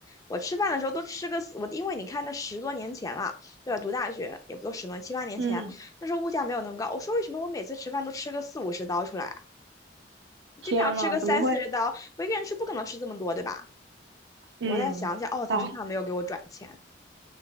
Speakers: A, on the left; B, on the right.
A: 我吃饭的时候都吃个死我，因为你看那十多年前了，对吧？读大学也不都十多七八年前，
B: 嗯，
A: 那时候物价没有那么高，我说为什么我每次吃饭都吃个四五十刀出来啊？
B: 天呐，
A: 经常吃个三四十刀，
B: 怎么会？
A: 我一个人吃不可能吃这么多，对吧？
B: 嗯，
A: 我再想想，哦，他经常没有给我转钱，
B: 哎，